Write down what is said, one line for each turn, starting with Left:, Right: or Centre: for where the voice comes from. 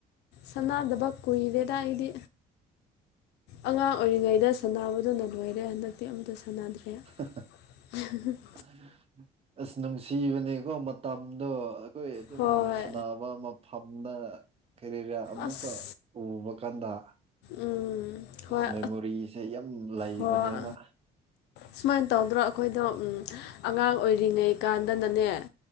Left: ꯁꯥꯟꯅꯗꯕ ꯀꯨꯏꯔꯦꯗ ꯑꯩꯗꯤ ꯑꯉꯥꯡ ꯑꯣꯏꯔꯤꯉꯩꯗ ꯁꯥꯟꯅꯕꯗꯨꯅ ꯂꯣꯏꯔꯦ ꯍꯟꯗꯛꯇꯤ ꯑꯃꯇ ꯁꯥꯟꯅꯗ꯭ꯔꯦ
Right: ꯍꯥ ꯍꯥ
Left: <unintelligible>
Right: ꯑ ꯑꯁ ꯅꯨꯡꯁꯤꯕꯅꯦꯀꯣ ꯃꯇꯝꯗꯣ ꯑꯩꯈꯣꯏ ꯑꯗꯨꯝ
Left: ꯍꯣꯏ
Right: ꯁꯥꯟꯅꯕ ꯐꯝꯅ ꯀꯩꯔꯔ ꯑꯃꯨꯛꯀ
Left: ꯑꯁ
Right: ꯎꯕ ꯀꯥꯟꯗ
Left: ꯎꯝ ꯍꯣꯏ
Right: ꯑꯁ ꯃꯦꯃꯣꯔꯤꯁꯦ ꯌꯥꯝ ꯂꯩꯕꯅꯦꯕ
Left: ꯍꯣꯏ ꯁꯨꯃꯥꯏꯅ ꯇꯧꯗ꯭ꯔꯣ ꯑꯩꯈꯣꯏꯗꯣ ꯑꯉꯥꯡ ꯑꯣꯏꯔꯤꯉꯩ ꯀꯥꯟꯗꯅꯅꯦ